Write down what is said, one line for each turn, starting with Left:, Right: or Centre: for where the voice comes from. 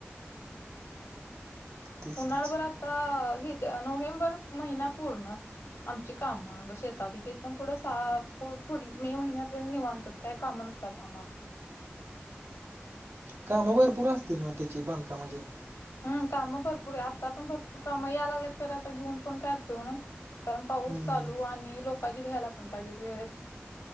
Right: तेच
Left: उन्हाळभर
Right: तेच
Left: आता हेच्या नोव्हेंबर महिना पूर्ण. आमची काम शेतात तिथंन पुढं सा पूर पुढं मे महिन्यापर्यंत निवांतच. काय कामं नसतात आम्हाला.
Right: काम भरपूर असतील ना त्याचे बांधकामाचेे?
Left: हम्म कामं भरपूर आता पण भरपूर काम याय लागल्यात खरं आता घेऊन पण काय उपयोग नाही. कारण पाऊस
Right: हम्म.
Left: चालू आणि लोकांची भ्यायला पण पाहिजेत वेळेत.